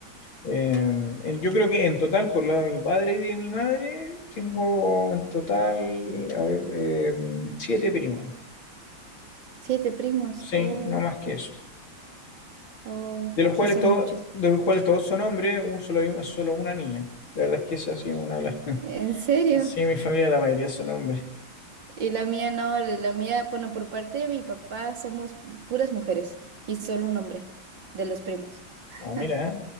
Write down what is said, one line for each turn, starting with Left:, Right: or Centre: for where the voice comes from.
Left: Eh, en- yo creo que en total, por lado de mi padre y de mi madre, tengo en total, a ver, eh, siete primos,
Right: Siete primos.
Left: sí,
Right: Oh.
Left: no más que eso,
Right: Oh,
Left: de los
Right: sí
Left: cuales,
Right: son
Left: todos
Right: muchos.
Left: de los cuales todos son hombres, un solo, hay un- solo una niña, la verdad es que esa ha sido una de las...
Right: ¿En serio?
Left: Sí, mi familia, la mayoría son hombres.
Right: Y la mía no, la mía, bueno, por parte de mi papá somos puras mujeres y solo un hombre de los primos. <laughs>
Left: Ah, mira, ¿eh?